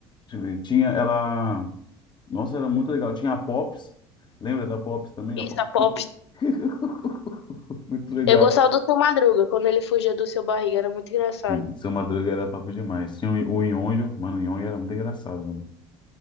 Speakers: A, on the left; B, on the left.
A: Deixa eu ver. Tinha ela. Nossa, era muito legal. Tinha a Pops. Lembra da Pops também?
B: Isso,
A: A Pops.
B: a Pop.
A: <laughs> Muito legal.
B: Eu gostava do seu Madruga, quando ele fugia do seu barriga, era muito engraçado.
A: Sim, Seu Madruga era top demais. Tinha o, o Nhonho. Mano, o Nhonho era muito engraçado. mano.